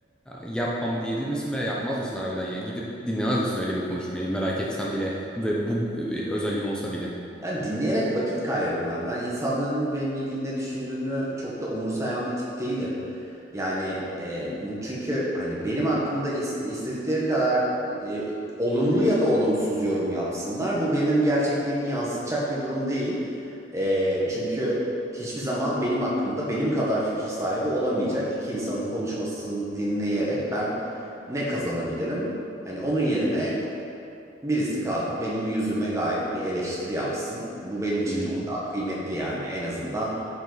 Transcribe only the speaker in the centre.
yapmam diyebilir misin veya yapmaz mısın harbiden yani gidip dinlemez misin öyle bir konuşmayı merak etsen bile ve bu e, özelliğin olsa bile.
Hı.